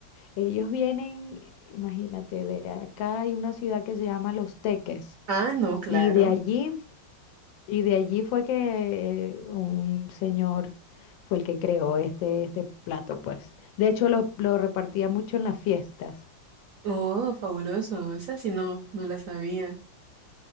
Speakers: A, on the left; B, on the right.
A: Ellos vienen, imagínate, de acá hay una ciudad que se llama Los Teques
B: Ah, no, claro.
A: y de allí y de allí fue que eh, un señor fue el que creó este este plato, pues. De hecho lo, lo repartía mucho en las fiestas.
B: Oh, fabuloso. Esa sí no, no la sabía.